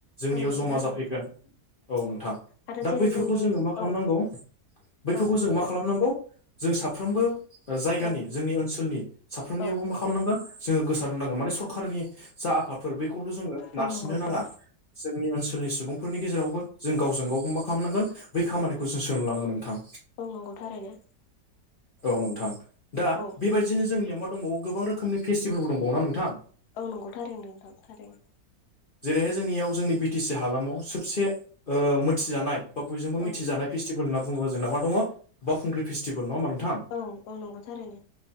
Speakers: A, on the left; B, on the left.
A: जोंनियाव
B: औ नंगौ
A: ज'मा
B: थारैनो
A: जाफैगोन औ नोंथां
B: आरो
A: दा
B: जेरै
A: बैफोरखौ
B: जोंनि
A: जोङो मा खालामनांगौ
B: औ
A: बैफोरखौ
B: औ बुं
A: जों
B: नोंथां
A: मा खालामनांगौ जों साफ्रोमबो जायगानि
B: औ
A: जोंनि ओनसोलनि साफ्रोमनियावबो
B: औ
A: मा खालामनांगोन जोङो गोसार होनांगोन माने सरखारनि जा आफादफोर बैखौल' जोङो
B: औ
A: नारसिननो
B: नंगौ
A: नाङा
B: औ
A: जोंनि ओनसोलनि सुबुंफोरनि गेजेरावबो जों गावजों गावबो मा खालामनांगोन बै खामानिखौ <unintelligible> औ नोंथां
B: औ नंगौ थारैनो
A: औ नोंथां दा
B: औ
A: बे बादि बिदिनो जोंनियाव मां दंबावो गोब रोखोमनिे फेस्टिभेलबो दंबावो ना नोंथां
B: औ नंगौ थारैनो नोंथां थारैनो
A: जेरैहाय जोंनियाव जोंनि बि टि सि हालामाव सबसे ओ मिथिजानाय बा बयजोंबो
B: औ
A: मिथिजानाय फेस्टिभेल होनना बुङोबा जोंना मा दङ बावखुंग्रि फेस्टिभेल नङा नोंथां
B: औ औ नंगौ थारैनो